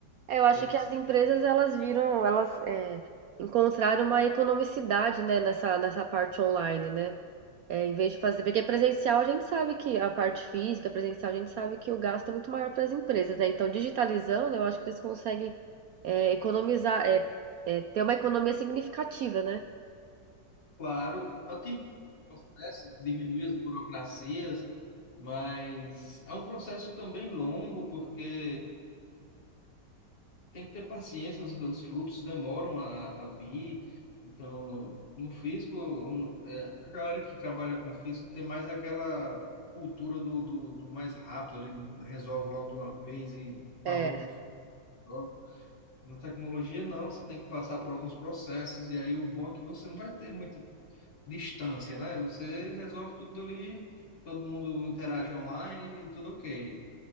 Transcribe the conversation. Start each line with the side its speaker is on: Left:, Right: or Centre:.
Right: É, eu acho
Left: teve
Right: que
Left: que,
Right: as empresas elas viram, elas é, encontraram uma economicidade, né, nessa, nessa parte online, né? É, em vez de fazer, porque presencial a gente sabe que a parte física, presencial a gente sabe que o gasto é muito maior para as empresas, né? Então, digitalizando, eu acho que eles conseguem é, economizar, é, é, ter uma economia significativa, né?
Left: claro, otimizar os processos, diminuir as burocracias, Mas é um processo também longo, porque tem que ter paciência, os, os frutos demoram a, a vir. Então, no físico, um, é, a galera que trabalha com físico tem mais aquela cultura do, do, do mais rápido, ali, resolve logo de uma vez e falou
Right: É,
Left: com o futuro. Na tecnologia, não, você tem que passar por alguns processos, e aí o bom é que você não vai ter muita distância, né? Você resolve tudo ali, todo mundo interage online e tudo ok.